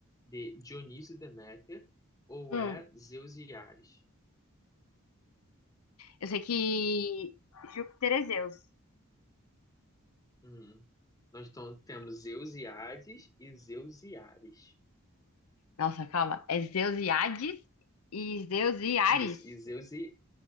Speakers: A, on the left; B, on the left.
A: D. Dionísio e Deméter. Ou
B: Hum,
A: E. Zeus e Ares?
B: eu sei que Júpiter é Zeus.
A: Hum. Nós então temos Zeus e Hades e Zeus e Ares.
B: Nossa, calma. É Zeus e Hades e Zeus e Ares.
A: Isso, e Zeus e.